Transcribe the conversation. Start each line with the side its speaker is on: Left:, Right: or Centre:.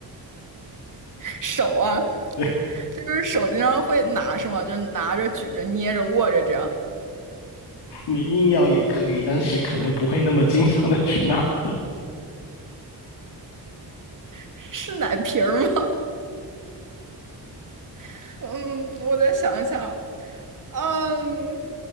Right: 手啊？
Left: 对，
Right: 就是手经常会拿是吗？就拿着、举着、捏着、握着这样，
Left: 你硬要也可以，但是可能不会那么经常的去拿它。
Right: 是奶瓶儿吗？<laughs> 嗯，我再想一想，嗯，